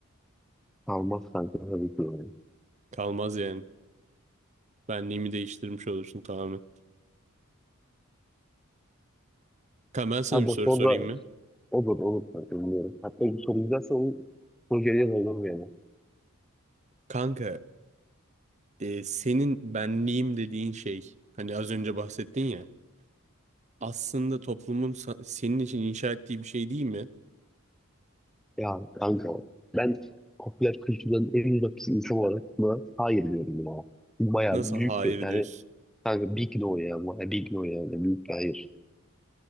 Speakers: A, in the centre; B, on the right.
A: kalmaz kanka tabii ki yani.
B: Kalmaz yani. Benliğimi değiştirmiş olursun tamamen. Kanka ben sana
A: Kanka
B: bir soru
A: sonra
B: sorayım mı?
A: olur olur kanka bilmiyorum. Hatta bu soru güzelse onu projeye yazalım yani.
B: Kanka e, senin benliğim dediğin şey hani az önce bahsettin ya. aslında toplumun sa- senin için inşa ettiği bir şey değil mi?
A: Ya kanka ben popüler kültürden en uzak bir insan olarak buna hayır diyorum ya. Bu Bayağı
B: Nasıl
A: büyük
B: hayır
A: bir yani
B: diyorsun?
A: kanka big no ya bayağı big no yani büyük bir hayır.